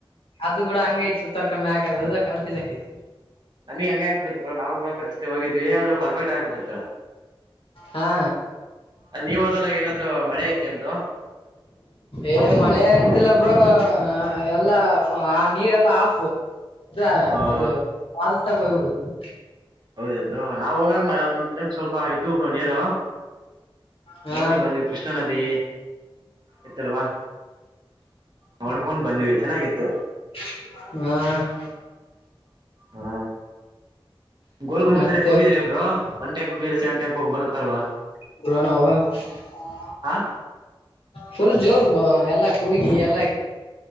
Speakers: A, on the left (about 80°); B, on the right (about 50°).
A: ಅದು ಬೀಡು ಹಂಗೈ ಐತ ತರಾಕಮ್ಮಿ ಆಗ ಅದು ಕನಫೀಸ್ ಆಕೈತಿ
B: ಹನಿ ಹನಿ ಆಗಿ ಬಿಡುತ್ತೆ ಬ್ರೋ ನಾವು ಹಂ ಆಗ್ಬಿಡತ್ತು ನಾವು ಕೂಡ ಬ್ಯಾಸಗಾಗ ಹೋಗಿದ್ದಿವಿ ಅ ಪರ್ಕ್ ಆಗಿ ಬಿಟ್ಟಿರುತ್ತ
A: ಹಾ
B: ಅ ನೀವ ಹೊದಲ್ಲಾ ಏನಾದ್ರು ಮಳೆ ಇತ್ತನ್ ಬ್ರೋ
A: ಏ ಮಳೆ ಇದ್ದಿಲ್ಲ ಬ್ರೋ ಎಲ್ಲಾ ಆ ನೀರೆಲ್ಲಾ ಆಫ್ ಅ
B: ಬ್ರೋ
A: ಅದು ಪಾದ ತ ಹೋಗ್ ಬಿಡತಿತ್
B: ಹೌದೇನ್ ಬ್ರೋ ನಾವ್ ಹೋದಾಗ ಒಂದ ಸ್ವಲ್ಪ ಇದ್ದು ನೀರು
A: ಹಾ
B: ನೋಡಿ ಬಂದಿವು ಕೃಷ್ಣಾ ನದಿ ಇತ್ತಲ್ವಾ ನೋಡ್ಕೊಂಡ್ ಬಂದ್ವಿ ಚೆನ್ನಾಗಿತ್ತು
A: ಹ್
B: ಹಾ ಗೋಲ್ ಗುಂಬಜ್
A: ಮತ್ತೆ
B: ಲ್ಲಿ ಕೂಗಿದ್ರಾ ಬ್ರೋ ಒನ್ ಟೈಮ್ ಕೂಗಿದ್ರ ಸವೆನ್ ಟೈಮ್ ಕೂಗ ಬರುತ್ತಲ್ವಾ
A: <unintelligible>
B: ಆ
A: ಫುಲ್ ಜೋರ್ ಎಲ್ಲಾ ಕೂಗಿ ಎಲ್ಲಾ ಇ